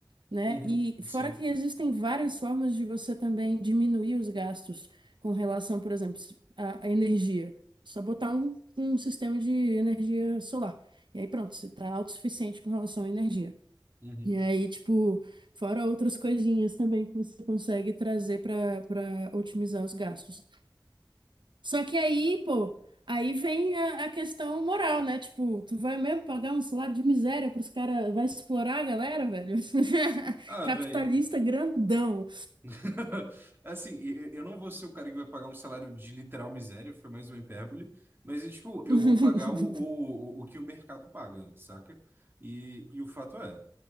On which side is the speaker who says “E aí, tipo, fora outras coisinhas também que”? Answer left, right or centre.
Right